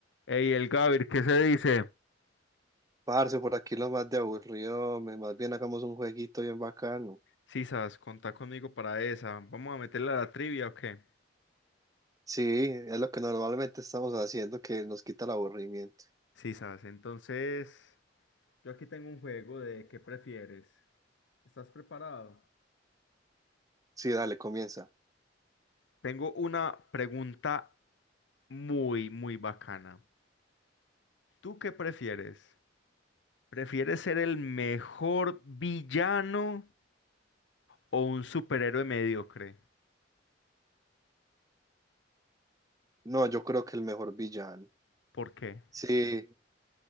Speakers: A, on the left; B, on the right.
A: Ey, el Gavir, ¿qué se dice?
B: Parce, por aquí lo más de aburrido, me- más bien hagamos un jueguito bien bacano.
A: Sisas, contá conmigo para esa. ¿Vamos a meterle a la trivia o qué?
B: Sí, es lo que normalmente estamos haciendo que nos quita el aburrimiento.
A: Sisas, entonces yo aquí tengo un juego de ¿qué prefieres? ¿Estás preparado?
B: Sí, dale, comienza.
A: Tengo una pregunta muy, muy bacana. ¿Tú qué prefieres? ¿Prefieres ser el mejor villano o un superhéroe mediocre?
B: No, yo creo que el mejor villano.
A: ¿Por qué?
B: Sí,